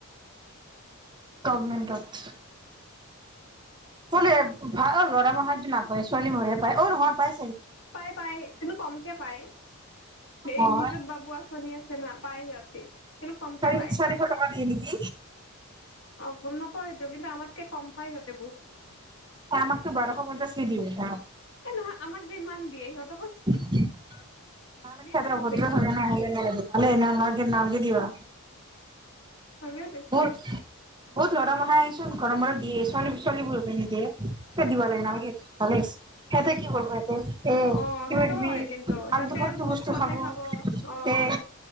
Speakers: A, on the right; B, on the left.
A: গভমেণ্ট অফিচ ক'লে ভাল অঁ ল'ৰামখাইটো নাপায় ছোৱালীবোৰেহে পায় অঁ নহয় পায়
B: পাই পায় কিন্তু কমকে পায় এই
A: অ',
B: নিজুত বাবু আঁচনি আছে না পায় সিহঁত <inaudible> কিন্তু কমকে
A: চাৰি
B: পায়
A: চাৰিশ টকা দিয়ে নেকি?
B: অ গম নাপাওঁ সেইটো কিন্তু আমাৰ ততকে কম পায় সিহঁতে বহুত
A: মাককো বাৰশ বজা চ দ যাম
B: নহয় আমাক যে ইমান দিয়ে ইিহঁত
A: নালকে
B: যিয়ে
A: হাত্ৰ
B: নহওক
A: <unintelligible> অভদ্ৰ
B: দেচোন
A: ঠাকে না ভালে নালগে দিবা।
B: হলেও দেচোন
A: বহুত বহুত ল <unintelligible> দিয়ে ছোৱালী ছোৱালীবোৰক হে নিদিয়ে কত দিব লাগে নালগে সেহাতে কি কৰিব। <unintelligible>
B: অ
A: কিবা
B: সেইটোও
A: কিবি
B: হয় কিন্তু সিহঁতে
A: আল্টু ফাল্টু
B: আৰু মদ
A: বস্তু
B: চদহে খাব অ'।
A: তে